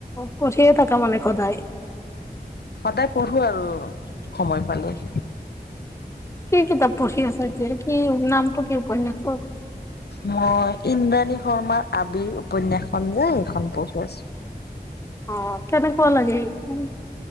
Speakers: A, on the left; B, on the left.
A: পঢ়িয়ে থাকা মানে সদায়।
B: সদায় পঢ়োঁ আৰু সময় পালেই।
A: কি কিতাপ পঢ়ি আছো এতিয়া, কি নামটো কি উপন্যাসৰ?
B: মই ইন্দ্ৰাণী শৰ্মাৰ আবিৰ উপন্যাসখন যে সেইখন পঢ়ি আছো।
A: অ', কনেকুৱা লাগে সেইখন?